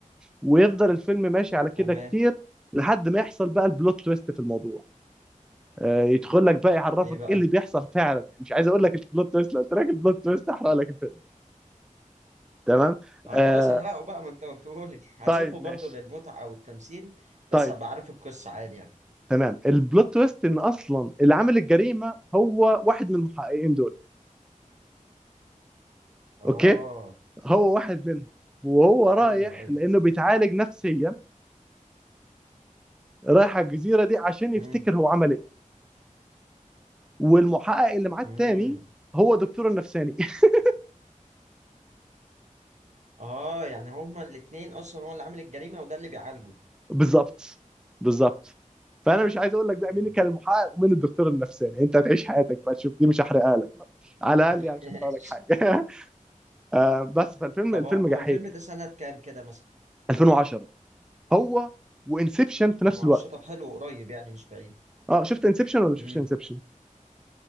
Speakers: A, in the centre; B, on the right.
A: ويفضل الفيلم ماشي على كده
B: تمام
A: كتير لحد ما يحصل بقى البلوت تويست في الموضوع آه، يدخل لك بقى يعرفك
B: ايه بقى
A: ايه اللي بيحصل فعلا يعني مش عايز اقول لك البلوت تويست لو قلت لك البلوت تويست هحرق لك الفيلم تمام
B: آه،
A: آه
B: خلاص احرقه بقى ما انت قلتهولي <laughs> هشوفه
A: طيب
B: برضه
A: ماشي
B: للمتعة والتمثيل
A: طيب
B: بس هبقى عارف القصة عادي يعني
A: تمام البلوت تويست ان اصلا اللي عامل الجريمه هو واحد من المحققين دول
B: اه
A: اوكي هو واحد منهم وهو رايح
B: ايوه ايوه
A: لانه بيتعالج نفسيا رايح على الجزيره دي عشان يفتكر
B: امم
A: هو عمل ايه والمحقق اللي معاه التاني
B: امم
A: هو دكتور النفساني <laughs>
B: اه يعني هما الاتنين اصلا هو اللي عامل الجريمة وده اللي بيعالجه
A: بالظبط بالظبط فانا مش عايز اقول لك بقى
B: مم.
A: مين كان المحقق ومين الدكتور النفساني انت هتعيش حياتك بقى تشوف دي مش هحرقها لك بقى. على
B: <laughs>
A: الاقل يعني مش هحرق لك حاجه <laughs> آه، بس فالفيلم
B: طب
A: الفيلم
B: هو
A: جحيم
B: هو الفيلم
A: يعني
B: ده سنة كام كده مثلا؟
A: 2010 هو وانسبشن
B: 2010
A: في نفس الوقت
B: طب حلو قريب يعني مش بعيد
A: اه شفت انسبشن ولا شفتش
B: امم
A: انسبشن